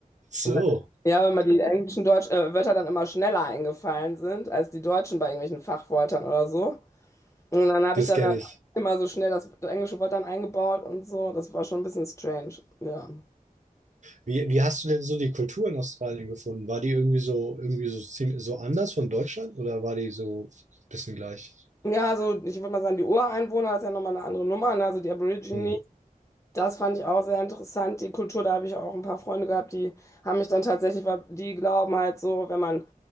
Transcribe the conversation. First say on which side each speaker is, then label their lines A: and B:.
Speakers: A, on the right; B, on the left.
A: So,
B: Weil- Ja, weil mir die englischen Deutsch, äh, Wörter dann immer schneller eingefallen sind als die Deutschen bei irgendwelchen Fachwörtern oder so. Und dann habe
A: das
B: ich dann
A: kenne
B: halt
A: ich.
B: immer so schnell das englische Wort dann eingebaut und so. Das war schon ein bisschen strange, ja.
A: Wie, wie hast du denn so die Kultur in Australien gefunden? War die irgendwie so, irgendwie so ziemlich, so anders von Deutschland oder war die so ein bisschen gleich?
B: Ja, also ich würde mal sagen, die Ureinwohner ist ja nochmal eine andere Nummer. ne? Also die Aborigine,
A: Hm.
B: Das fand ich auch sehr interessant. Die Kultur, da habe ich auch ein paar Freunde gehabt, die haben mich dann tatsächlich, weil die glauben halt so, wenn man